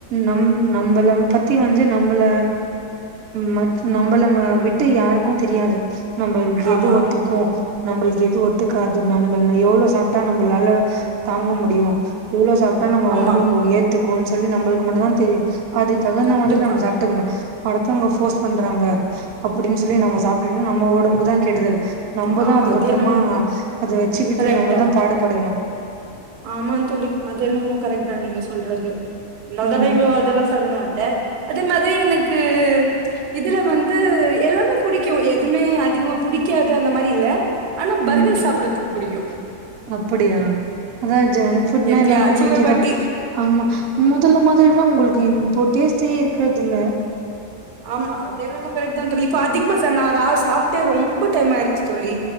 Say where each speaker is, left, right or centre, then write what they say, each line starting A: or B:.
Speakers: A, on the right; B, on the right.
A: நம் நம்பள பத்தி வந்து நம்மள மத் நம்பள ஆ விட்டு யாருக்கு தெரியாது நம்மளுக்கு
B: ஆமா
A: எது ஒத்துக்கு நம்மளுக்கு எது ஒத்துக்காது நம்ம எவ்ளோ சாப் டா நம்ம நல்லா தாங்க முடியு எவ்ளோ சாப்ட்டா நம்ம
B: ஆமா
A: உடம்புக்கு எத் க்கும்ன்னு சொல்லி நம்மளுக்கு மட்டுதா தெரியு அது தகுந்த
B: கண்டிப்பா
A: மாதிரி நம்ம சாப்ட்டுக்கணு அடுத்தவங்க ஃபோர்ஸ் பண்றாங்க அப்டின்னு சொல்லி நம்ம சாப்ட்டு நம்ம உடம்புக்கு தா கெடுதல் நம்மதா
B: ஆ
A: அதுக்கு
B: அது
A: அப்றமா
B: என்னமோ
A: அத வச்சுக்கிட்டு
B: கரெக்ட்
A: நம்மதா
B: தா
A: பாடுபடுகணு
B: ஆமா தோழி அது எல்லாமே கரெக்ட் தா நீங்க சொல்றது <unintelligible>
A: ம்
B: சொல்ல மாட்டேன் அதே மாதிரி எனக்கு இதுல வந்து எல்லாமே புடிக்கு எதுவுமே அதிகமா புடிக்காது அந்த மாதிரி இல்ல ஆனா பர்கர்
A: ம்
B: சாப்பிடறதுக்கு புடிக்கும்
A: அப்படியா அதான் ஜங்க் ஃபுட்னா
B: எப்பயாச்சு
A: எல்லாருக்கும் பிடிக்குதான்
B: ஒரு வாட்டி
A: ஆமா மொதல்ல மாதிரில்லாம் உங்களுக்கு இப்போ டேஸ்டே இருக்கறதில்ல
B: ஆமா அத என்னமோ கரெக்ட் தா னதோழி இப்போ அதிகமா சார் நான் சாப்பிட்டே ரொம்ப டைம் ஆயிடுச்சு சொல்லி